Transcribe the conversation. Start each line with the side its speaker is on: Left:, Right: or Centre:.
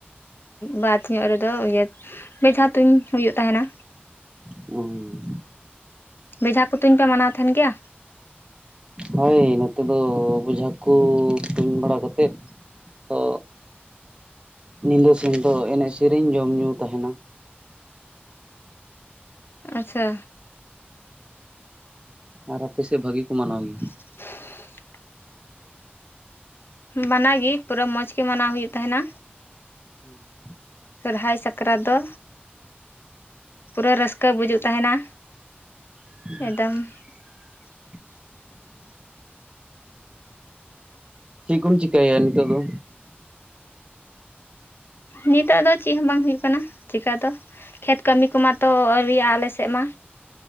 Left: ᱵᱟᱫ ᱧᱚᱜ ᱨᱮᱫᱚ ᱤᱭᱟᱹ ᱵᱮᱡᱷᱟ ᱛᱩᱧ ᱦᱩᱭᱩᱜ ᱛᱟᱦᱮᱸᱱᱟ᱾
Right: ᱦᱩᱸᱻ
Left: ᱵᱮᱡᱷᱟ ᱠᱚ ᱛᱩᱧ ᱯᱮ ᱢᱟᱱᱟᱣ ᱛᱟᱦᱮᱱ ᱜᱮᱭᱟ?
Right: ᱦᱳᱭ ᱱᱚᱛᱮ ᱫᱚ ᱵᱮᱡᱷᱟ ᱠᱩ ᱛᱩᱧ ᱵᱟᱲᱟ ᱠᱟᱛᱮᱫ ᱛᱚ ᱧᱤᱫᱟᱹ ᱥᱮᱱ ᱫᱚ ᱮᱱᱮᱡ ᱥᱮᱨᱮᱧ ᱡᱚᱢ ᱧᱩ ᱛᱟᱦᱮᱱᱟ
Left: ᱟᱪᱪᱷᱟ
Right: ᱟᱨ ᱟᱯᱮ ᱥᱮᱫ ᱵᱷᱟᱜᱤ ᱠᱚ ᱢᱟᱱᱟᱣ ᱜᱮᱭᱟ
Left: <unintelligible> ᱢᱟᱱᱟ ᱜᱤ ᱯᱩᱨᱟᱹ ᱢᱚᱸᱡᱽ ᱜᱮ ᱢᱟᱱᱟᱣ ᱦᱩᱭᱩᱜ ᱛᱟᱦᱮᱱᱟ
Right: <inaudible>
Left: ᱥᱚᱨᱦᱟᱭ ᱥᱟᱠᱨᱟᱛ ᱫᱚ ᱯᱩᱨᱟᱹ ᱨᱟᱹᱥᱠᱟᱹ ᱵᱩᱡᱩᱜ ᱛᱟᱦᱮᱱᱟ
Right: <unintelligible>
Left: ᱮᱠᱫᱚᱢ <inaudible>
Right: ᱪᱤᱜ ᱠᱩᱢ ᱪᱮᱤᱠᱟᱭᱟ ᱱᱤᱛᱳᱜ ᱫᱚ?
Left: ᱱᱤᱛᱚᱜ ᱫᱚ ᱪᱤᱜ ᱦᱚᱸ ᱵᱟᱝ ᱦᱩᱭᱩᱜ ᱠᱟᱱᱟ ᱪᱮᱠᱟ ᱫᱚ ᱠᱷᱮᱛ ᱠᱟᱹᱢᱤ ᱠᱚ ᱢᱟᱛᱚ ᱟᱹᱣᱨᱤᱭᱟᱜ-ᱟ ᱟᱞᱮᱥᱮ ᱥᱮᱜ ᱢᱟ